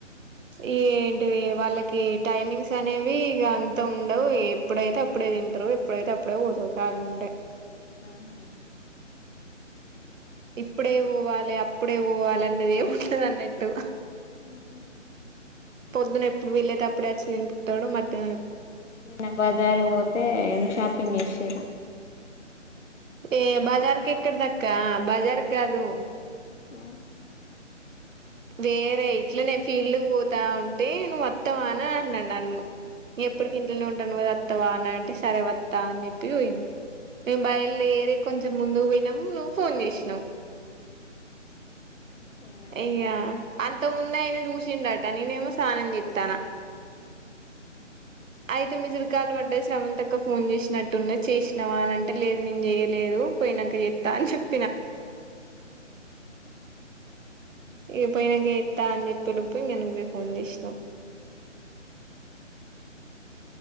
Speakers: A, on the right (about 85°); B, on the left (about 65°).
A: ఈ ఏంటిది వాళ్ళకి టైమింగ్స్ అనేవి ఇక అంత ఉండవు ఎప్పుడైతే అప్పుడే తింటరు ఎప్పుడైతే అప్పుదే పోతారు పాజిబుల్ ఉంటె
B: ఆ హ
A: ఇప్పుడే పోఊవాలి అప్పుడే పోవాలి అన్నది ఏముండదు అన్నట్టు
B: ఊహు
A: పొద్దున ఎప్పుడు వెళ్ళే అప్పుడచ్చి తింటడు మధహ్ం
B: నిన్న బజారు పోతే షాపింగ్ చేసారు
A: ఏ బజార్కి ఎక్కడ దక్క బజార్కి కాదు
B: మ్
A: వేరే ఇట్లనే ఫీల్డ్ పోతా ఉంటే నువతవ అని అన్నాడు నన్ను ఎప్పుడు కూర్చొనే ఉండవు కదా వత్తవ అంటే సరే వత్తా అని చెప్పి పోయినా మేము బయలు దేరి కొంచెం ముందుకు పోయినాము ఫోన్ చేసినావ్
B: ఏం కాదు తప్పుడు
A: అయ్యా
B: అప్పుడు పోవాలి
A: అంత ముంద అయిన చూసిన్టట కానీ నేను స్నానం చేత్తాన అయితే మిస్డ్ కాల్ పడ్డది శ్రవంత్ అక్క ఫోన్ చేసినట్టున్నది చేసినవా అని అంటే లేదు నేను చేయలేదు పోయినంక చెత్తా అని చెప్ ఇ పోయినంక చేత్తా అని చెప్పేలోపే ఇంగ నువ్వే ఫోన్ చేశినవు